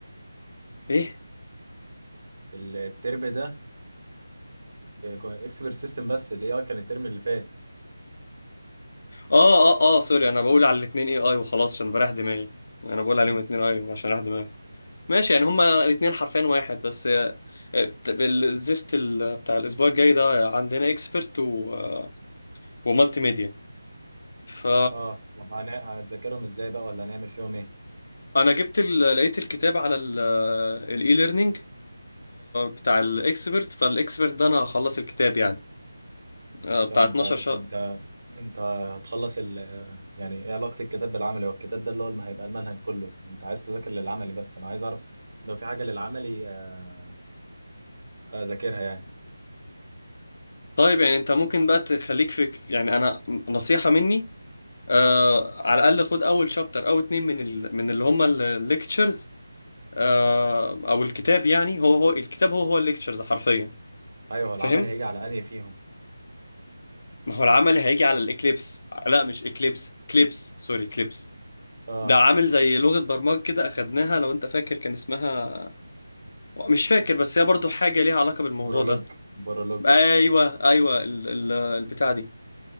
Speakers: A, on the left; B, on the right.
A: ايه
B: الترم ده اكسبرت سيستم بس الاي اي كان الترم اللي فات
A: اه اه اه سوري انا بقول على الاثنين اي اي وخلاص عشان بريح دماغي انا بقول
B: امم
A: عليهم الاثنين اي عشان اريح دماغي ماشي يعني هما الاثنين حرفين واحد بس آه، آه، الزفت ال- بتاع الاسبوع الجاي ده عندنا اكسبرت و آه، ومالتي ميديا ف
B: اه طب هن- هتذاكرهم ازاي بقى ولا هنعمل فيهم ايه
A: انا جبت ال- لقيت الكتاب على الاي ليرنينج بتاع الاكسبرت فالاكسبرت ده انا هخلص الكتاب يعني آه، بتاع
B: طب انت
A: 12 شهر
B: انت انت هتخلص ال يعني ايه علاقة الكتاب بالعملي هو الكتاب ده اللي هو ما هيبقى المنهج كله انت عايز تذاكر للعملي بس انا عايز اعرف لو في حاجة للعملي آه، اذاكرها يعني
A: طيب يعني انت ممكن بقى تخليك في يعني انا نصيحة مني آه على الاقل خد اول شابتر او اتنين من ال... من اللي هم الليكتشرز آه او الكتاب يعني هو هو الكتاب هو هو الليكتشرز حرفيا
B: ايوه هو العملي
A: فاهم
B: هيجي على انهي فيهم
A: ما هو العمل هيجي على الاكليبس لا مش اكليبس كليبس سوري كليبس
B: اه
A: ده عامل زي لغة برمجة كده اخدناها لو انت فاكر كان اسمها مش فاكر بس هي برضو حاجة ليها علاقة بالموضوع
B: برولوج
A: ده
B: برولوج
A: ايوه ايوه ال... ال... البتاع دي